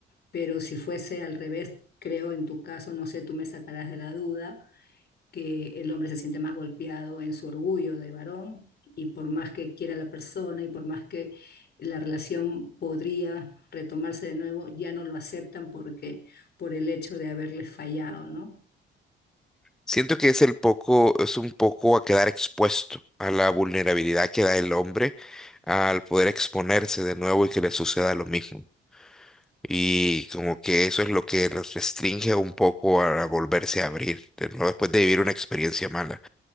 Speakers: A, on the left; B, in the centre.
A: Pero si fuese al revés, creo en tu caso, no sé, tú me sacarás de la duda, que el hombre se siente más golpeado en su orgullo de varón y por más que quiera la persona y por más que la relación podría retomarse de nuevo, ya no lo aceptan porque por el hecho de haberles fallado, ¿no?
B: Siento que es el poco, es un poco a quedar expuesto a la vulnerabilidad que da el hombre al poder exponerse de nuevo y que le suceda lo mismo. Y como que eso es lo que nos restringe un poco a volverse a abrir de nuevo después de vivir una experiencia mala.